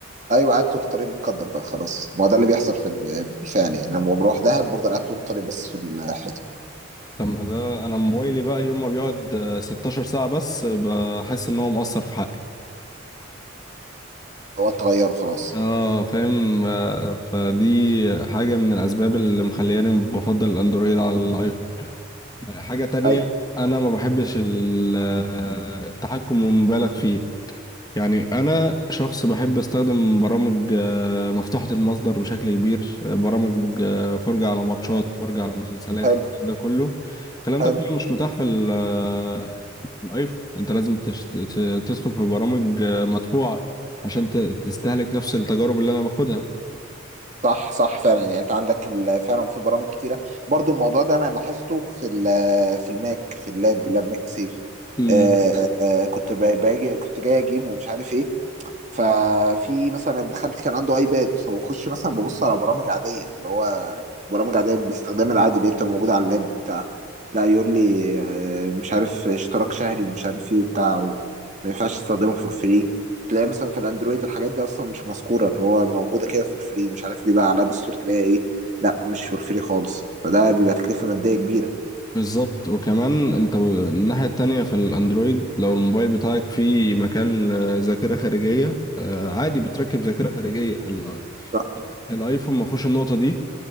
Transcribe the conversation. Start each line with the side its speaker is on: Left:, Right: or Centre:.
Right: ايوه قاعد طول الطريق متقدر بقى خلاص ما هو ده اللي بيحصل في ال- بالفعل يعني لما بروح دهب بفضل قاعد طول الطريق بس في الحته
Left: طب ما ده انا موبايلي بقى يوم ما بيقعد آه، 16 ساعه بس آه، بحس ان هو مقصر في حقي
Right: هو انت غيره خلاص
Left: اه فاهم آه، فدي حاجة من الأسباب اللي مخلياني بفضل الأندرويد على الآيفون حاجة تانية
Right: ايوه
Left: أنا ما بحبش ال- آه، التحكم المبالغ فيه يعني أنا شخص بحب أستخدم برامج آه، مفتوحة المصدر بشكل كبير آه، برامج آه، فرجة على ماتشات فرجة على مسلسلات
Right: حلو
Left: الكلام ده كله الكلام
Right: حلو
Left: ده كله مش متاح في ال- آه، في الآيفون أنت لازم تشت... ت- تدخل في برامج آه، مدفوعة عشان ت- تستهلك نفس التجارب اللي أنا باخدها
Right: صح صح فعلا يعني انت عندك ال- فعلا في برامج كتيره برضو الموضوع ده انا لاحظته في ال- في الماك في اللاب لاب ماك سيف
Left: مم.
Right: آه آه كنت ب- باجي كنت جاي اجيب ومش عارف ايه ففي مثلا ابن خالتي كان عنده ايباد فبخش مثلا ببص على برامج عاديه اللي هو برامج عاديه بالاستخدام العادي اللي هي بتبقى موجوده على اللاب بتاع لا يقول لي آه، مش عارف اشتراك شهري ومش عارف ايه وبتاع وما ينفعش تستخدمه فور فري تلاقي مثلا في الاندرويد الحاجات دي اصلا مش مذكوره اللي هو موجوده كده فور فري مش عارف ليه بقى على الاب ستور تلاقي ايه لا مش فور فري خالص فده بيبقى تكلفه ماديه كبيره
Left: بالظبط وكمان انت ب... الناحية التانية في الاندرويد لو الموبايل بتاعك فيه مكان آه، ذاكرة خارجية آه، عادي بتركب ذاكرة خارجية ال-
Right: صح
Left: الايفون ما فيهوش النقطة دي